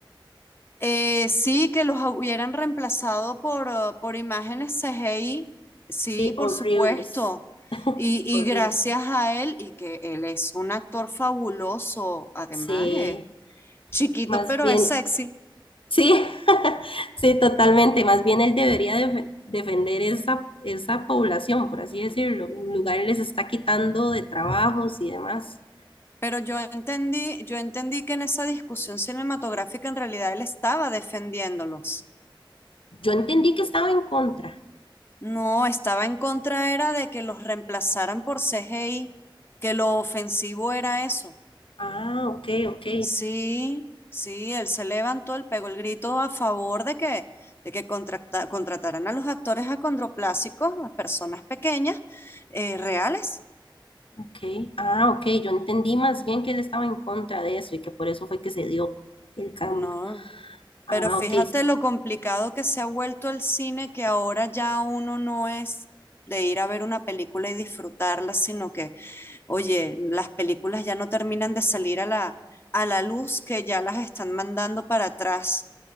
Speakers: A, on the left; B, on the left.
A: Eh, sí, que los hubieran reemplazado por, uh, por imágenes CGI, sí,
B: Sí,
A: por
B: horribles,
A: supuesto. Y, y
B: horribles.
A: gracias a él, y que él es un actor fabuloso, además
B: Sí,
A: es chiquito,
B: más
A: pero
B: bien,
A: es sexy.
B: sí, <laughs> sí, totalmente. Más bien él debería defe- defender esa, esa población, por así decirlo. En lugar les está quitando de trabajos y demás.
A: Pero yo entendí, yo entendí que en esa discusión cinematográfica en realidad él estaba defendiéndolos.
B: Yo entendí que estaba en contra.
A: No, estaba en contra era de que los reemplazaran por CGI, que lo ofensivo era eso.
B: Ah, ok, ok.
A: Sí, sí, él se levantó, él pegó el grito a favor de que, de que contrata- contrataran a los actores acondroplásicos, a personas pequeñas, eh, reales.
B: Ok. Ah, ok. Yo entendí más bien que él estaba en contra de eso y que por eso fue que se dio el cambio.
A: No,
B: Ah,
A: pero fíjate
B: ok.
A: lo complicado que se ha vuelto el cine, que ahora ya uno no es de ir a ver una película y disfrutarla, sino que, oye, las películas ya no terminan de salir a la, a la luz, que ya las están mandando para atrás.